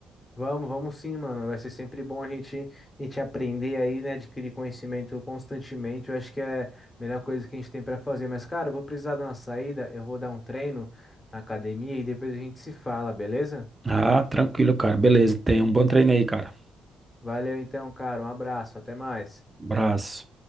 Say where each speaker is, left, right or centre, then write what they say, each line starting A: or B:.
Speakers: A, on the left; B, on the right.
A: Vamos, vamos sim, mano. Vai ser sempre bom a gente, a gente aprender aí, né? Adquirir conhecimento constantemente. Eu acho que é a melhor coisa que a gente tem para fazer. Mas, cara, eu vou precisar dar uma saída, eu vou dar um treino na academia e depois a gente se fala, beleza?
B: Ah, tranquilo, cara. Beleza, tenha um bom treino aí, cara.
A: Valeu então, cara. Um abraço. Até mais.
B: Abraço.